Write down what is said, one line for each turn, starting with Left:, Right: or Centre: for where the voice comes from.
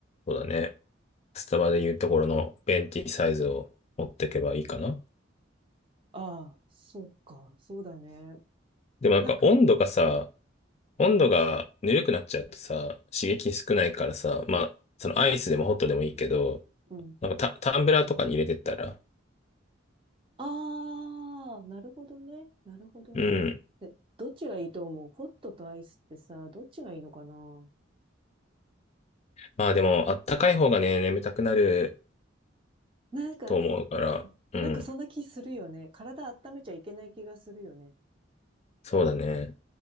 Left: そうだね。スタバで言うところのベンティサイズを持っていけばいいかな。
Right: ああ、そうか、そうだね。
Left: でもなんか温度がさ、
Right: なんか、
Left: 温度がぬるくなっちゃうとさ、刺激少ないからさ、まあ、そのアイスでもホットでもいいけど、
Right: うん。
Left: なんかタ、タンブラーとかに入れてったら、
Right: ああ、なるほどね。なるほどね。
Left: うん。
Right: で、どっちがいいと思うホットとアイスってさ、どっちがいいのかな
Left: まあでも、あったかい方がね、眠たくなる
Right: なんか、
Left: と思うから、うん。
Right: なんかそんな気するよね。体温めちゃいけない気がするよね。
Left: そうだね。